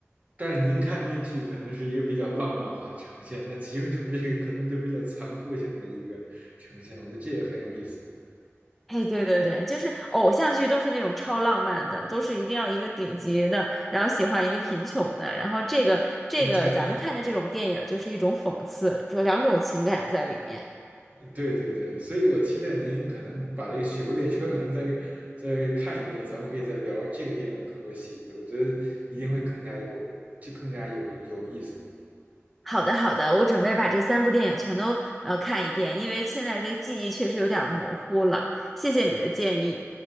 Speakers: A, on the right (about 35°); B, in the centre.
A: 但是您看那剧可能是一个比较浪漫化呈现，那寄生虫这个可能就比较残酷性的一个呈现，我觉得这也很有意思。
B: 哎，对对对，就是偶像剧都是那种超浪漫的，都是一定要一个顶级的，然后喜欢一个贫穷的，然后这个这个咱们看的这种电影就是一种讽刺，
A: <laughs> 对，
B: 就两种情感在里面。
A: 对对对，所以我期待您可能把这个《雪国列车》可能再再看一遍，咱们可以再聊这个电影的更多细节，我觉得一定会更加有，就更加有有意思的。
B: 好的，好的，我准备把这三部电影全都呃看一遍，因为现在这个记忆确实有点模糊了。谢谢你的建议。